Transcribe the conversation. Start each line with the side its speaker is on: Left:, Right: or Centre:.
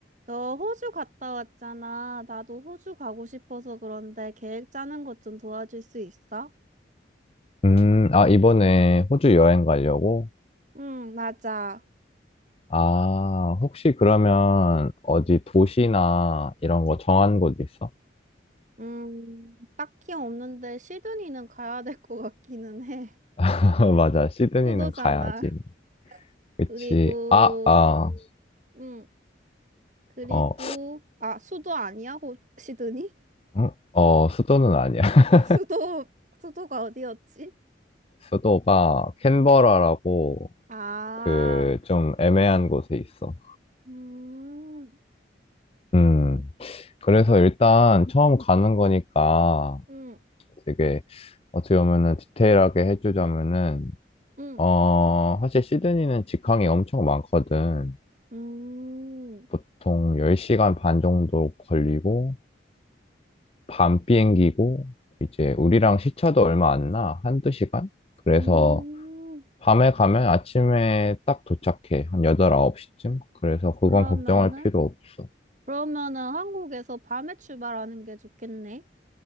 Right: 너 호주 갔다 왔잖아. 나도 호주 가고 싶어서 그런데 계획 짜는 것 좀 도와줄 수 있어?
Left: 음, 아, 이번에 호주 여행 가려고?
Right: 응, 맞아.
Left: 아, 혹시 그러면 어디 도시나 이런 거 정한 곳 있어?
Right: 음, 딱히 없는데 시드니는 가야 될 것 같기는 해.
Left: <laughs> 맞아, 시드니는
Right: <laughs> 수도잖아.
Left: 가야지. 그치.
Right: 그리고,
Left: 아, 아,
Right: 응, 그리고,
Left: 어,
Right: 아, 수도 아니야? 호, 시드니? <laughs>
Left: 음? 어, 수도는 아니야. <laughs>
Right: 아, 수도, 수도가 어디였지?
Left: 수도가 캔버라라고
Right: 아,
Left: 그 좀 애매한 곳에 있어.
Right: 음,
Left: 음, 그래서 일단 처음 가는 거니까
Right: 음,
Left: 되게 어떻게 보면은 디테일하게 해주자면은
Right: 음,
Left: 어, 사실 시드니는 직항이 엄청 많거든.
Right: 음,
Left: 보통 10시간 반 정도 걸리고, 밤 비행기고, 이제 우리랑 시차도 얼마 안 나. 한두 시간? 그래서
Right: 음.
Left: 밤에 가면 아침에 딱 도착해. 한 8, 9시쯤? 그래서 그건
Right: 그러면은?
Left: 걱정할 필요 없어.
Right: 그러면은 한국에서 밤에 출발하는 게 좋겠네.